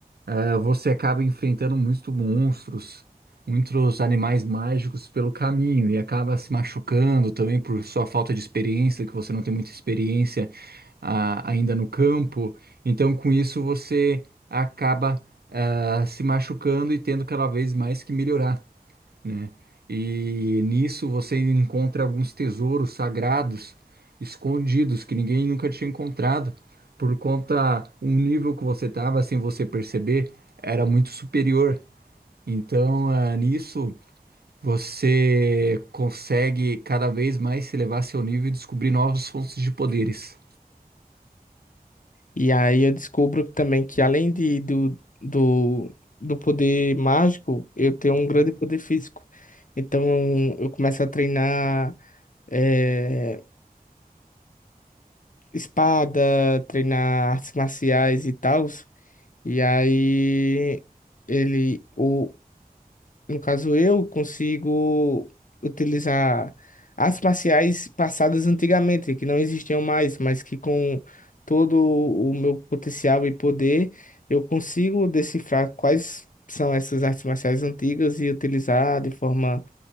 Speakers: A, on the right; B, on the left.
A: ah, você acaba enfrentando muitos monstros, muitos animais mágicos pelo caminho e acaba se machucando também por sua falta de experiência, que você não tem muita experiência, ah, ainda no campo. Então, com isso, você acaba, ah, se machucando e tendo cada vez mais que melhorar né? E nisso você encontra alguns tesouros sagrados escondidos que ninguém nunca tinha encontrado por conta um nível que você estava sem você perceber era muito superior. Então, ah, nisso você consegue cada vez mais elevar seu nível e descobrir novas fontes de poderes.
B: e aí eu descubro também que além de, do, do, do poder mágico, eu tenho um grande poder físico. Então, eu começo a treinar. eh, espada, treinar artes marciais e tal. E aí ele, o, no caso eu, consigo utilizar artes marciais passadas antigamente, que não existiam mais, mas que com todo o meu potencial e poder, eu consigo decifrar quais são essas artes marciais antigas e utilizar de forma